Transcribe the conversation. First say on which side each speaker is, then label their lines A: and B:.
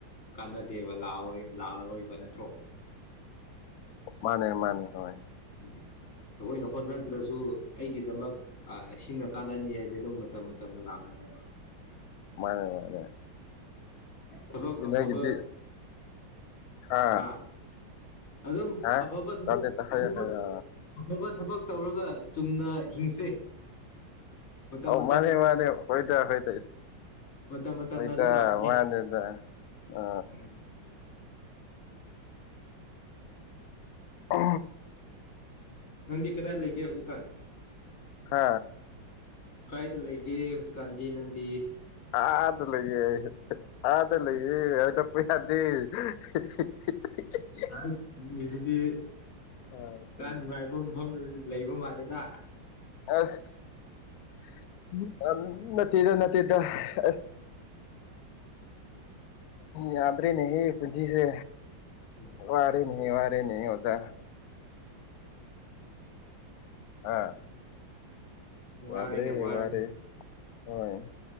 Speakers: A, on the left (about 45°); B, on the left (about 75°).
A: ꯀꯥꯟꯅꯗꯦꯕ ꯂ ꯂꯥꯛꯑꯔꯣꯏꯕ ꯅꯠꯇ꯭ꯔꯣ
B: ꯃꯥꯅꯦ ꯃꯥꯅꯦ ꯍꯣꯏ
A: ꯎꯝ ꯑꯩꯈꯣꯏꯅ ꯍꯣꯠꯅꯗ꯭ꯔꯁꯨ ꯑꯩꯒꯤꯗꯃꯛ ꯁꯤꯅ ꯀꯥꯟꯅꯅꯤ ꯍꯥꯏꯗꯤ ꯑꯗꯨꯝ ꯃꯇꯝ ꯃꯇꯝ ꯇꯝꯗ ꯂꯛꯀꯅꯦꯕꯥ
B: ꯃꯥꯅꯦ ꯃꯥꯅꯦ
A: ꯊꯕꯛ
B: ꯑꯦꯅꯦꯒꯤꯗꯤ
A: ꯑꯐꯕ
B: ꯑꯥ
A: ꯍꯥ ꯑꯗꯨꯝ
B: ꯍꯥ
A: ꯑꯐꯕ ꯊꯕꯛ
B: ꯇꯥꯗꯦꯗ ꯍꯥꯏꯌꯣ
A: ꯑꯐꯕ
B: ꯍꯥꯏꯌꯣ
A: ꯑꯐꯕ ꯊꯕꯛ ꯇꯧꯔꯒ ꯆꯨꯝꯅ ꯍꯤꯡꯁꯦ ꯃꯇꯝ ꯃꯇꯝ
B: ꯃꯥꯅꯦ ꯃꯥꯅꯦ ꯑꯣꯗ ꯍꯣꯢꯗ
A: ꯃꯇꯝ ꯃꯇꯝꯅ
B: ꯍꯣꯢꯗ
A: ꯑꯗꯨꯝ ꯂꯥꯛꯀꯅꯤ
B: ꯃꯥꯅꯦꯗ ꯑ
A: ꯎꯝ
B: ꯎ
A: ꯅꯪꯗꯤ ꯀꯗꯥꯏ ꯂꯩꯒꯦ ꯍꯧꯖꯤꯛꯀꯥꯟ
B: ꯍꯥ
A: ꯀꯥꯏꯗ ꯂꯩꯒꯦ ꯍꯧꯖꯤꯛꯀꯥꯟꯗꯤ ꯅꯪꯗꯤ
B: ꯑꯥꯗ ꯂꯩꯌꯦ ꯑꯥꯗ ꯂꯩꯌꯦ ꯀꯣꯏ ꯗꯤ ꯍꯤ ꯍꯤ
A: ꯑꯁ ꯃꯤꯁꯤꯗꯤ
B: ꯑꯥ ꯀꯔꯤ
A: ꯈꯔ ꯅꯨꯡꯉꯥꯏꯕ ꯃꯐꯝꯗ ꯂꯩꯕ ꯃꯥꯜꯂꯦꯗ
B: ꯑꯁ ꯅꯠꯇꯦꯗ ꯅꯠꯇꯦꯗ ꯑꯁ ꯌꯥꯗ꯭ꯔꯦꯅꯦꯍꯦ ꯄꯨꯟꯁꯤꯁꯦ
A: ꯎꯝ
B: ꯋꯥꯔꯦꯅꯦꯍꯦ ꯋꯥꯔ ꯅꯦ ꯑꯣꯖꯥ ꯑꯥ
A: ꯋꯥꯔꯅꯦ
B: ꯌꯥꯗ꯭ꯔꯦ
A: ꯋꯥꯔ
B: ꯋꯥꯔꯦ
A: ꯎꯝ
B: ꯍꯣꯏ